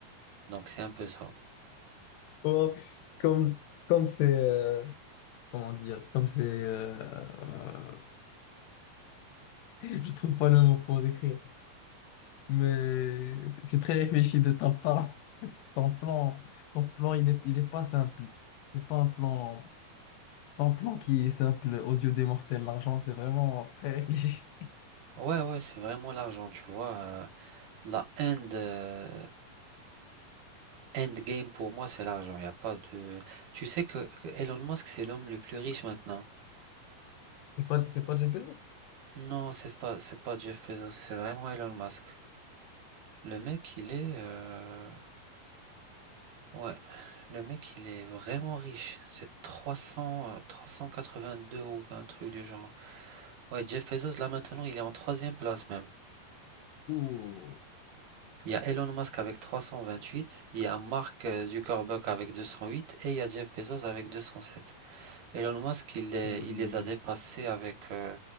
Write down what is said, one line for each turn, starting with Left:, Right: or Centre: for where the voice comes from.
Right: Donc c'est un peu ça.
Left: Oh, comme comme c'est euh, comment dire, comme c'est, euh, <laughs> je trouve pas le mot pour décrire, mais c'est c'est très réfléchi de ta part. <laughs> Ton plan, ton plan, il est, il est pas simple. C'est pas un plan, pas un plan qui est simple aux yeux des mortels. L'argent, c'est vraiment très <laughs> réfléchi.
Right: Ouais, ouais, c'est vraiment l'argent, tu vois. euh, la end, euh, end game pour moi, c'est l'argent. Il a pas de. Tu sais que, que Elon Musk, c'est l'homme le plus riche maintenant.
Left: C'est pas, c'est pas Jeff Bezos.
Right: Non, c'est pas, c'est pas Jeff Bezos, c'est vraiment Elon Musk. Le mec, il est, euh, ouais, le mec, il est vraiment riche. C'est 300, euh, 382 ou un truc du genre. Ouais, Jeff Bezos, là maintenant, il est en troisième place même.
Left: Ouh,
Right: Il y a Elon Musk avec 328, il y a Mark Zuckerberg avec 208 et il y a Jeff Bezos avec 207. Elon Musk, il les,
Left: ouh.
Right: il les a dépassés avec euh,